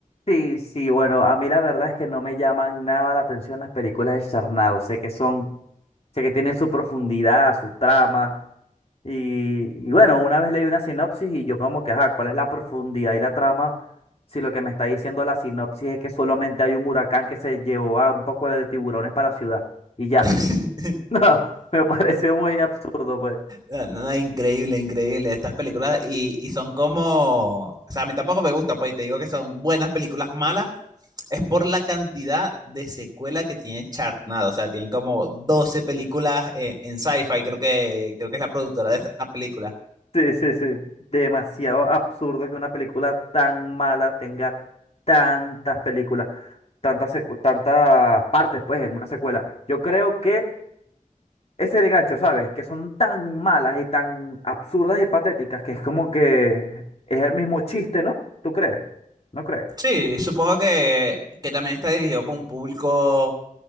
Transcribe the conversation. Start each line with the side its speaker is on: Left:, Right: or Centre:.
Left: Sí, sí, bueno, a mí la verdad es que no me llaman nada la atención las películas de Charnado. Sé que son, sé que tienen su profundidad, su trama. Y, y bueno, una vez leí una sinopsis y yo como que, ajá, ¿cuál es la profundidad y la trama? Si lo que me está diciendo la sinopsis es que solamente hay un huracán que se llevó a un poco de tiburones para la ciudad. Y ya.
Right: <laughs>
Left: <laughs> No, me parece muy absurdo, pues.
Right: No, no, increíble, increíble estas películas y, y son como, o sea, a mí tampoco me gusta, pues y te digo que son buenas películas malas es por la cantidad de secuela que tiene Chartnado. O sea, tienen como 12 películas eh, en sci-fi, creo que, creo que es la productora de estas películas.
Left: Sí, sí, sí. Demasiado absurdo que una película tan mala tenga tantas películas, tantas, secu- tantas partes, pues, en una secuela. Yo creo que ese es el gancho, ¿sabes? Que son tan malas y tan absurdas y patéticas que es como que es el mismo chiste, ¿no? ¿Tú crees? ¿No crees?
Right: Sí, supongo que, que también está dirigido por un público,